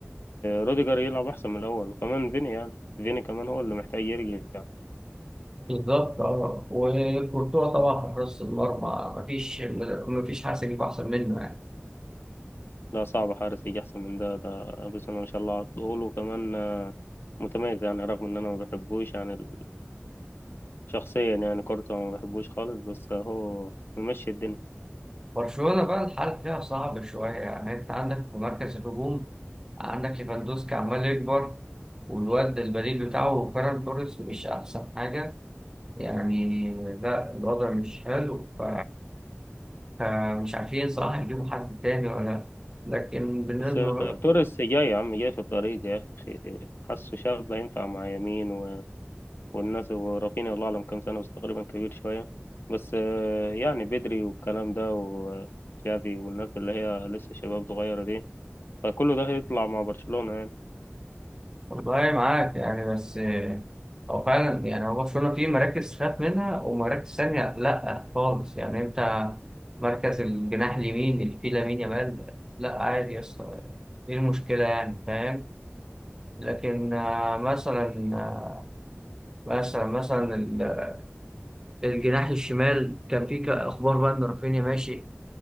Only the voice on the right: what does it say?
بالظبط أه وكورتوا طبعا في حراسة المرمى مفيش مفيش حاسس يجيب أحسن منه يعني.
برشلونة بقى الحال فيها صعب شوية يعني أنت عندك في مركز الهجوم عندك ليفاندوسكي عمال يكبر والواد البديل بتاعه فيران توريس مش أحسن حاجة يعني لا الوضع مش حلو ف- فمش عارفين صراحة يجيبوا حد تاني ولا لكن بالنسبة
والله معاك يعني بس آه، هو فعلا يعني هو برشلونة فيه مراكز خاف منها ومراكز ثانية لأ خالص يعني أنت مركز الجناح اليمين اللي فيه لامين يامال لأ عادي يا اسطى إيه المشكلة يعني فاهم لكن آه، مثلا آه، مثلا مثلا ال- الجناح الشمال كان فيه ك- أخبار بقى إن رافينيا ماشي